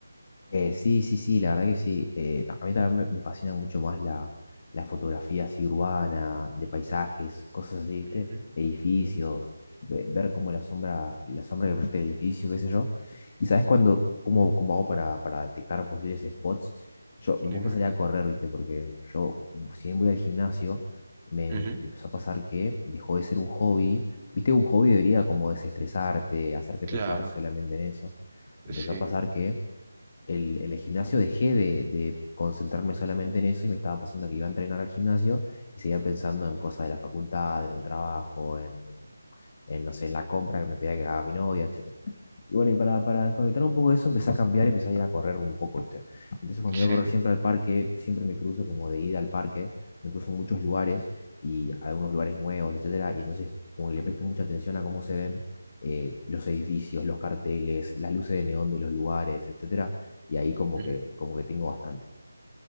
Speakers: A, on the left; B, on the right.
A: Eh, sí, sí, sí, la verdad que sí. Eh, ta- a mí también me, me fascina mucho más la, la fotografía así urbana, de paisajes, cosas así, ¿viste?
B: Ujú,
A: Edificios, ve- ver cómo la sombra, la sombra que proyecta el edificio, qué sé yo. Y sabes cuándo, cómo, cómo hago para, para detectar posibles spots? Yo me
B: Dime.
A: gusta salir a correr, ¿viste? Porque yo, si bien voy al gimnasio, me,
B: Ujú,
A: me- me empezó a pasar que dejó de ser un hobby. ¿Viste? Un hobby debería como desestresarte, hacerte
B: Claro,
A: pensar solamente en eso. Me
B: sí,
A: empezó a pasar que el, en el gimnasio dejé de, de concentrarme solamente en eso y me estaba pasando que iba a entrenar al gimnasio y seguía pensando en cosas de la facultad, en el trabajo, en, en, no sé, en la compra que me pedía que haga mi novia, etc. Y bueno, y para, para desconectar un poco de eso, empecé a cambiar y empecé a ir a correr un poco, ¿viste? Entonces, cuando
B: sí.
A: voy a correr siempre al parque, siempre me cruzo como de ida al parque, me cruzo en muchos lugares y algunos lugares nuevos, etcétera. Y entonces, como que le presto mucha atención a cómo se ven eh, los edificios, los carteles, las luces de neón de los lugares, etcétera. Y ahí como
B: ujú.
A: que, como que tengo bastante.